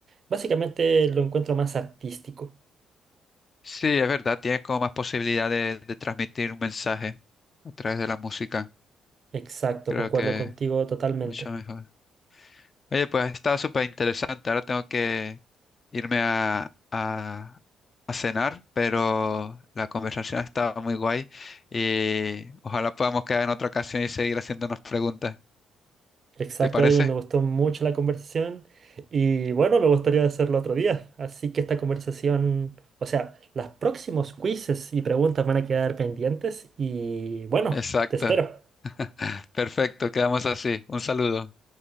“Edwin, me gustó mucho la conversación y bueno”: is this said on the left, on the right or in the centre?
Right